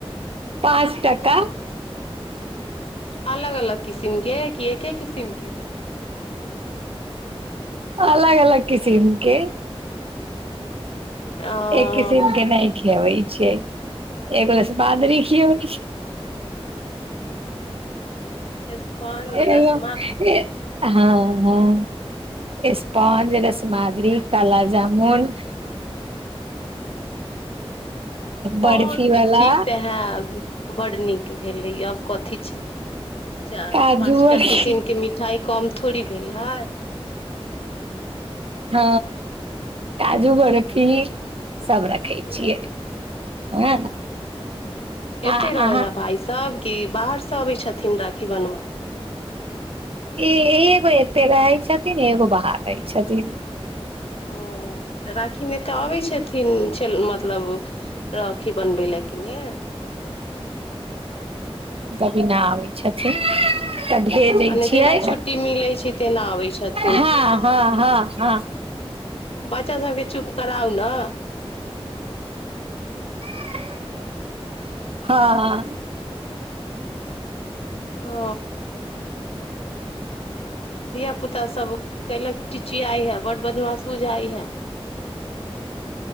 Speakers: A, on the right; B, on the left.
A: पाँच टाका
B: अलग अलग किसिम के क एके किसिमके
A: अलग अलग किसीमके
B: ओ
A: एक किसिम के नहि खियेभै छियै एगो रसमाधूरी खियैबे छियै
B: स्पंज
A: एना
B: रसमा
A: हँ हँ स्पॉज रसमद्री काला जामुन
B: हँ
A: बर्फी
B: तऽ
A: वाला
B: ठीक तऽ हे बड़ नीक भेलै आब कथी छै चाही
A: काजू
B: पाँच
A: बर्फी
B: टा किसिम के मिठाई कम थोड़ी भेल है
A: ह काजू बरफी सभ रखै
B: हूँ
A: छियै <inaudible>
B: एते
A: आ
B: रहे
A: अहाँ
B: है भाय सब कि बाहर से अबै छथिन राखी बनबऽ
A: इ ई एते रहै छै छथिन एगो बाहर रहै छथिन
B: ओ तऽ राखी मे तऽ अबै छथिन मतलब राखी बनबै लेकिन हे
A: नहि आबै छथिन तऽ भेजै
B: मने
A: छियै
B: जेना छुट्टी मिलै छै तेना अबै छथिन
A: हँ हँ हँ हँ
B: बच्चा सबके चुप कराउ ने
A: <unintelligible> हँ
B: ओ धिय पुता सब कयलै चिचियाय है बड बदमास बुझाय है